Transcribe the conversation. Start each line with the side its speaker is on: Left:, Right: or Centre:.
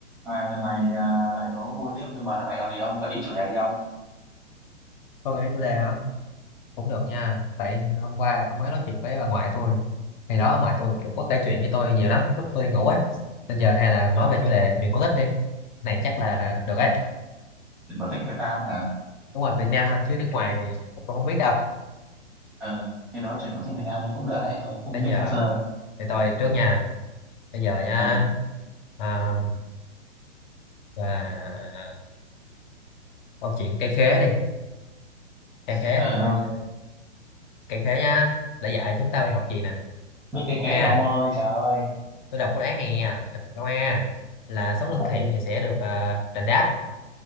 Centre: Này, lần này à, lại đố vui tiếp nhưng mà lần này ở thì ông gợi ý chủ đề đi ông.
Left: Thôi gợi chủ đề hả? Cũng được nha. Tại hôm qua tôi mới nói chuyện với bà ngoại tôi. Ngày đó bà ngoại tôi kiểu có kể chuyện với tôi nhiều lắm. Lúc tôi đi ngủ á. Bây giờ hay là nói
Centre: Ờ,
Left: về chủ đề chuyện cổ tích đi. Này chắc là
Centre: Ừ.
Left: được ấy.
Centre: Chuyện cổ tích Việt Nam hả?
Left: Đúng rồi, Việt Nam thôi. Chứ nước ngoài thì tôi không biết đâu.
Centre: ờ Cái đó chuyện cổ tích Việt Nam thì cũng được đấy, tôi cũng
Left: Bây
Centre: biết
Left: giờ
Centre: sơ sơ.
Left: thì tôi trước nha. Bây giờ nha.
Centre: ờ
Left: À, là câu chuyện cây khế đi. Cây khế
Centre: ờ
Left: tôi...
Centre: không?
Left: Cây khế nha. Đã dạy chúng ta bài học gì nè.
Centre: Biết cái
Left: Câu
Centre: khế
Left: A.
Centre: rồi ông ơi, trời ơi.
Left: Tôi đọc câu án này nha. Câu A là sống lương
Centre: Tôi đọc
Left: thiện
Centre: đi.
Left: thì sẽ được à, đền đáp